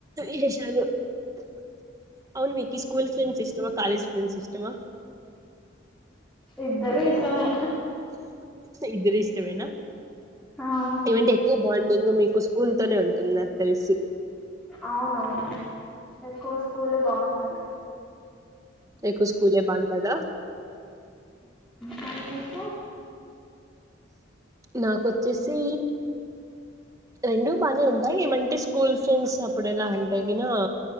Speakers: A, on the right (about 20°); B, in the centre.
A: విశేషాలు అవున్ మీకి స్కూల్ ఫ్రెండ్స్ ఇష్టమా కాలేజ్ ఫ్రెండ్స్ ఇష్టమా?
B: ఇద్దరు ఇష్టమే
A: ఇద్దరు ఇష్టమేనా
B: ఆ
A: ఏవంటే ఎక్కు బాండింగ్ మీకు స్కూల్ తోనే ఉంటుంద్ నాక్ తెల్సి
B: అవునవును ఎక్కువ స్కూలే బాగుంటది.
A: ఎక్కువ స్కూలే బాగుంటదా?
B: మరి మీకు
A: నాకొచ్చేసీ రెండు బానే ఉంటాయి ఏమంటే స్కూల్ ఫ్రెండ్స్ అప్పుడెలా అంటే గినా